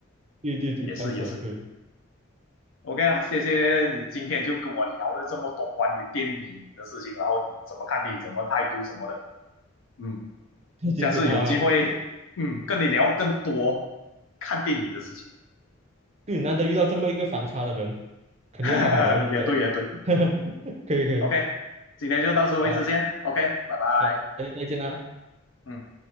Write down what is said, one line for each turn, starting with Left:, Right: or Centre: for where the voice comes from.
Right: 对对对，
Left: 也是也是。
Right: 超扯对 <laughs>
Left: OK 啦，谢谢你今天就跟我聊了这么多关于电影的事情，然后你怎么看电影，怎么态度什么的。嗯，
Right: 对对对啊。
Left: 下次有机会，
Right: <laughs>
Left: 嗯，跟你聊更多看电影的事情。
Right: 对，难得遇到这么一个反差的人，肯定要好好聊一聊。
Left: <laughs> 也对也对
Right: <laughs> 可以可以，
Left: ，OK，今天就到此为止先，OK，
Right: 好，
Left: 拜拜。
Right: 那那就再见啦。
Left: 嗯，